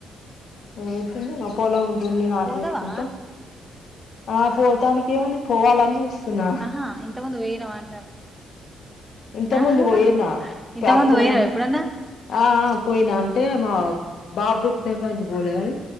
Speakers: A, on the left; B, in the centre.
A: నేవుతుంది నా పోలం దూన్ని నాటు
B: పోదవా
A: పెట్టుకుంటాం ఆ పోతానికి ఏముంది పోవాలని చూస్తున్నా
B: ఆ ఇంతకు ముందు వేయినావ అంట
A: ఇంత
B: ఆహ
A: ముందు పోయినా
B: ఇంత
A: అప్పుడంటే
B: ముందు వైనా ఇప్పుడన్న
A: ఆ ఆ పోయిన అంటే మా బా బుట్నంక పోలే గాని